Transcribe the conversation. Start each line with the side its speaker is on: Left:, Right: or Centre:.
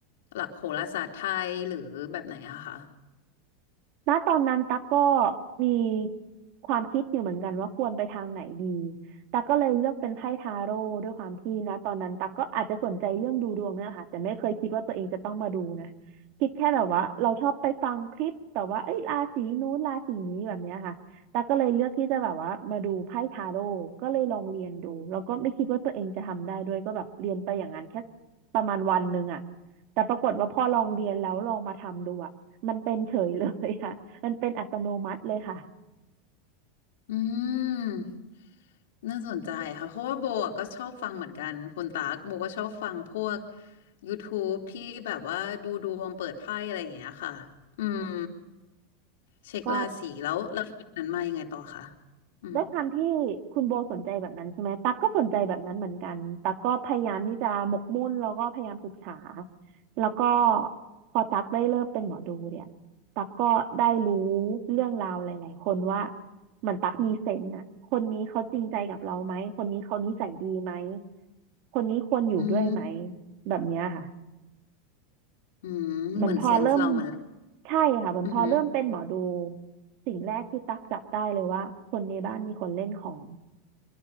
Left: หลักโหราศาสตร์ไทยหรือแบบไหนอะคะ
Right: ณตอนนั้นตั๊กก็มีความคิดอยู่เหมือนกันว่าควรไปทางไหนดีตั๊กก็เลยเลือกเป็นไพ่ทาโร่ด้วยความที่นะตอนนั้นตั๊กก็อาจจะสนใจเรื่องดูดวงเนี่ยแหละค่ะแต่ไม่เคยคิดว่าตัวเองจะต้องมาดูนะคิดแค่แบบว่าเราชอบไปฟังคลิปแต่ว่าเอ้ยราศีนู้นราศีนี้แบบเนี้ยค่ะตั๊กก็เลยเลือกที่จะแบบว่ามาดูไพ่ทาโร่ก็เลยลองเรียนดูแล้วก็ไม่คิดว่าตัวเองจะทำได้ด้วยก็แบบเรียนไปอย่างนั้นแค่ประมาณวันหนึ่งอะแต่ปรากฏว่าพอลองเรียนแล้วลองมาทำดูอะ มันเป็นเฉยเลยค่ะ <laughs> มันเป็นอัตโนมัติเลยค่ะ
Left: อืมน่าสนใจค่ะเพราะว่าโบอะก็ชอบฟังเหมือนกันคุณตากโบก็ชอบฟังพวก YouTube ทบที่แบบว่าดูดวงเปิดไพ่อะไรอย่างเงี้ยค่ะอืมเช็คราศีแล้วแล้วจากนั้นมายังไงต่อคะ
Right: ก็
Left: อืม
Right: ด้วยความที่คุณโบสนใจแบบนั้นใช่ไหมตั๊กก็สนใจแบบนั้นเหมือนกันตั๊กก็พยายามที่จะหมกมุ่นแล้วก็พยายามศึกษาแล้วก็พอตั๊กได้เริ่มเป็นหมอดูเนี่ยตั๊กก็ได้รู้เรื่องราวหลายๆคนว่าเหมือนตั๊กมีเซนส์อ่ะคนนี้เขาจริงใจกับเราไหมคนนี้เขานิสัยดีไหมคนนี้ควรอยู่ด้วยไหม
Left: อืม
Right: แบบเนี้ยค่ะ
Left: อืมเหมือนเซนส์เรามันแหละ
Right: เหมือนพอเริ่มใช่ค่ะเหมือนพอเริ่มเป็นหมอดู
Left: อืม
Right: สิ่งแรกที่ตักจับได้เลยว่าคนในบ้านมีคนเล่นของ